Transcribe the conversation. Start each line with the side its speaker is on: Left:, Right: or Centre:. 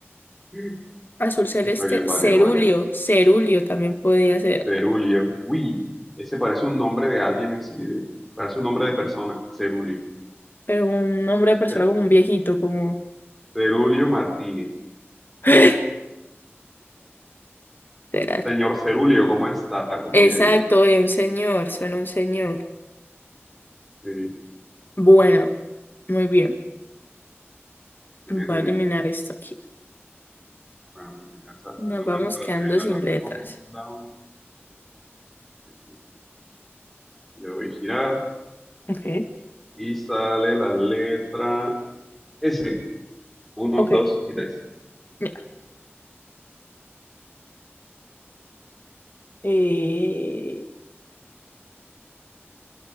Centre: <laughs>
Left: Azul celeste,
Centre: Está bien, válido,
Left: cerúleo,
Centre: válido.
Left: cerúleo también podía ser,
Centre: Cerulio. Uy, ese parece un nombre de alguien así, de- parece un nombre de persona. Cerulio.
Left: pero un nombre de persona
Centre: Ce-
Left: como un viejito, como...
Centre: Cerulio Martínez.
Left: <laughs> Literal.
Centre: Señor Cerulio, ¿cómo está? ¿Cómo
Left: Exacto,
Centre: le ha ido?
Left: de un señor, suena un señor.
Centre: Sí,
Left: Bueno, muy bien.
Centre: evidentemente.
Left: Voy a eliminar esto aquí.
Centre: Bueno, me alcanza
Left: Nos
Centre: una más
Left: vamos
Centre: para
Left: quedando
Centre: terminar
Left: sin
Centre: la
Left: letras.
Centre: ronda. Aquí le doy girar
Left: Ok.
Centre: y sale la letra S. Uno,
Left: Ok.
Centre: dos y tres.
Left: ya. Eh,